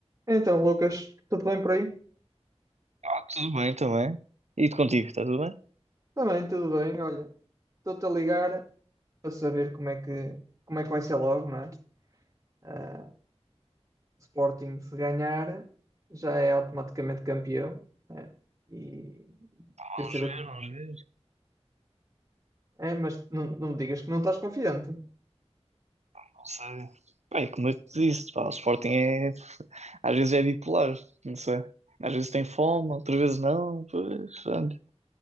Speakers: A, on the right (about 30°); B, on the right (about 80°).
A: Então, Lucas, tudo bem por aí?
B: Ah, tudo bem também. E de contigo, está tudo bem?
A: Também, tudo bem. Olha, estou-te a ligar para saber como é que, como é que vai ser logo, não é? Ah, o Sporting, se ganhar, já é automaticamente campeão. né? E
B: Pá, Vamos
A: quer saber.
B: ver, vamos ver.
A: É, mas não, não me digas que não estás confiante.
B: Não sei. Bem, como eu te disse, pá, o Sporting é. Às vezes é bipolar, não sei. Às vezes tem fome, outras vezes não. Pois, olha.